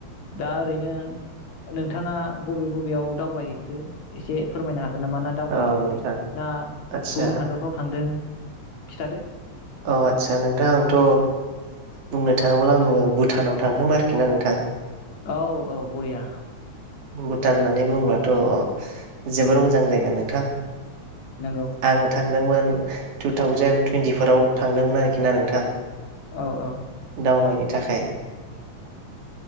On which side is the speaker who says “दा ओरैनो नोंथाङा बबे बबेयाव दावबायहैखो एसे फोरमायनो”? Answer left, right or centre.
Left